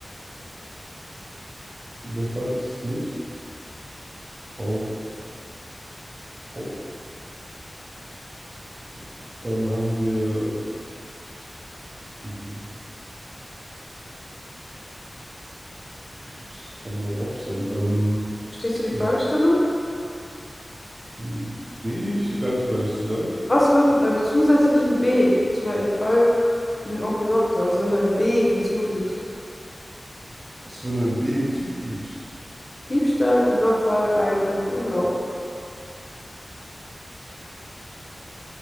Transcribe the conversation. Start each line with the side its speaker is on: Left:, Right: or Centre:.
Right: Überfall ist es nicht. Rau, Raub, Raub. Und Dann haben wir, hm, ja, ich glaube, es kann nur Raub sein. Ähm,
Left: Verstehst du die
Right: und,
Left: Fragestellung?
Right: hm, nee, nicht so ganz, um ehrlich zu sein.
Left: Was wird mit einem zusätzlichen B zu einem Fall für den Onkel Doktor? Also wenn du ein B hinzufügst.
Right: Was, wenn du ein B hinzufügst?
Left: Diebstahl, Überfall, Einbruch und Raub.